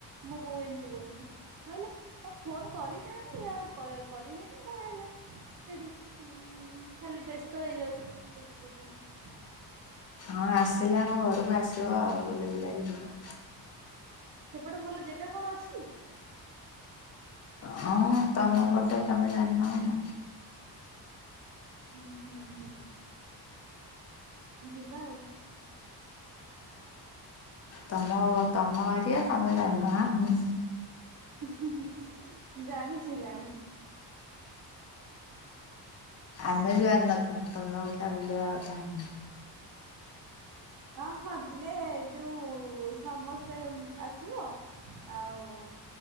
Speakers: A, on the right (about 50°); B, on the left (about 35°).
A: ମୁଁ ବୋଉ ଏମିତି କହୁଛନ୍ତି। ନହେଲେ ଫୋନ୍ କରିଥାନ୍ତି, ଆଉ କ-କରିନେଇ ତ କଣ ହେଲା। ସେଇଠୁ ଉଁ ଖାଲି ବ୍ୟସ୍ତ ହେଇଯାଉଛୁ, ସିଏ ବି କହୁଛନ୍ତି?
B: ହଁ ଆସିଲେ ଆମ ଘରକୁ ଆସିବ ଆଉ, ବୁଲି ବୁଲାକି ଯିବ।
A: ସେପଟେ ଭଲ ଜେଗା କଣ ଅଛି?
B: ହଁ, ତମ ପଟେ ତମେ ଜାଣିିନ, ଏନା?
A: ହୁଁ, ହୁଁ, ହୁଁ, ଯିବା ଆଉ।
B: ତମ-ଅ ତମ ଏରିଆ ତମେ ଜାଣିନ ଆଁ
A: ଉ, ହୁଁ, ହୁଁ, ଜାଣିଚି ଜାଣିଛି।
B: ଆମେ ଜାଣିିନଥିବୁ, ତମେ ଓଲ୍ ଟା ବୁଲେଇବା କଥା ଆମକୁ।
A: ହଁ, ହଁ ଦିନେ-ଏ ଯୋଉ ସମସ୍ତେ ଆସିବ। ଆଉ-ଉ